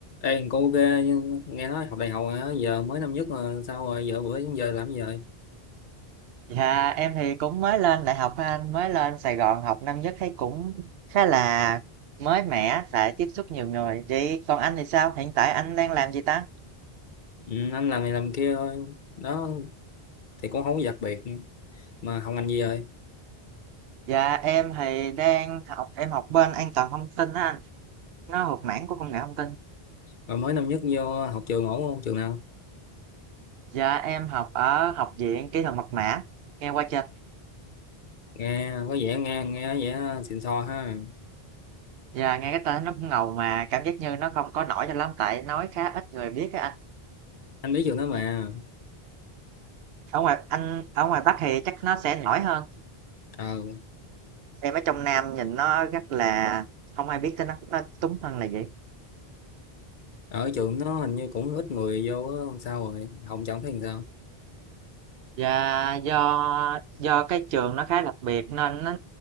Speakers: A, on the left; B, on the right.
A: Ê, cô ok nhưng nghe nói học đại học hả? giờ mới năm nhất mà sao rồi giờ bữa đến giờ làm gì rồi
B: Dạ em thì cũng mới lên đại học thôi anh mới lên Sài Gòn học năm nhất thấy cũng khá là mới mẻ tại tiếp xúc nhiều người vậy còn anh thì sao hiện tại anh đang làm gì ta
A: ừ, anh làm này làm kia thôi đó thì cũng không có đặc biệt mà học ngành gì rồi
B: dạ em thì đang học em học bên an toàn thông tin á anh nó thuộc mảng của công nghệ thông tin
A: mà mới năm nhất vô học trường ổn không trường nào
B: dạ em học ở học viện kỹ thuật mật mã nghe qua chưa
A: nghe có vẻ nghe nghe có vẻ xịn sò ha
B: dạ nghe cái tên nó cũng ngầu mà cảm giác như nó không có nổi cho lắm tại nói khá ít người biết á anh
A: anh biết trường đó mà
B: Ừ. ở ngoài anh ở ngoài Bắc thì chắc nó sẽ nổi hơn
A: ờ,
B: Xem ở trong Nam nhìn nó rất là không ai biết tới nó, nó túng thân là vậy.
A: ở trường nó hình như cũng ít người vô á, sao rồi học chẳng thấy làm sao
B: Dạ, do do cái trường nó khá đặc biệt nên nó